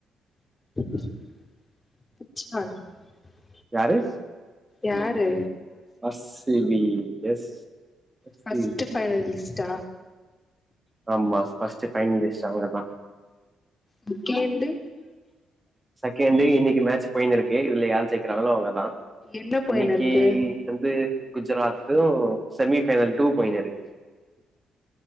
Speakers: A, on the left (about 20°); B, on the right (about 20°).
A: <unintelligible>
B: யாரு
A: யாரு
B: ஆர் சி பி வெஸ் <inaudible>
A: ஃபர்ஸ்ட் ஃபைனலிஸ்டா
B: ஆமா ஃபஸ்ட்டு ஃபைனலிஸ்ட் அவங்கதா
A: செக்கேண்டு
B: செகண்டு இன்னக்கி மேட்ச் போயினுருக்கு இதுல யார் ஜெயிக்கிறாங்களோ அவுங்கதா
A: என்ன போயினு
B: இன்னக்கி
A: இருக்கு
B: வந்து குஜராத்து செமி ஃபைனல் டூ போயினுருக்கு